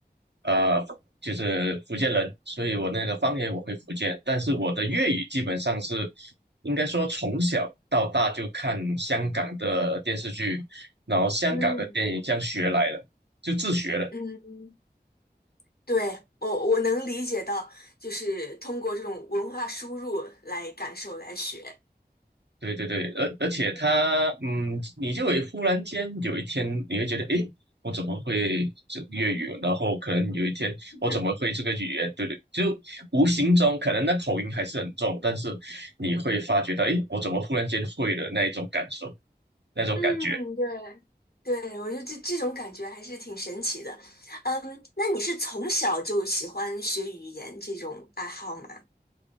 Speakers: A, on the right; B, on the left.
A: 呃就是福建人，所以我那个方言我会福建，但是我的粤语基本上是应该说从小到大就看香港的电视剧，然后香港的电影这样学来了，
B: 嗯
A: 就自学了。
B: 嗯，对，我我能理解到，就是通过这种文化输入来感受来学。
A: 对对对，而而且他，嗯，你就会忽然间有一天，你会觉得，诶，我怎么会这粤语？然后可能有一天，
B: <laughs>
A: 我怎么会这个语言？对对，就无形中可能那口音还是很重，但是你会发觉到，诶，我怎么忽然间会了那一种感受，那种感觉。
B: 嗯，对对，我觉得这这种感觉还是挺神奇的。嗯，那你是从小就喜欢学语言这种爱好吗？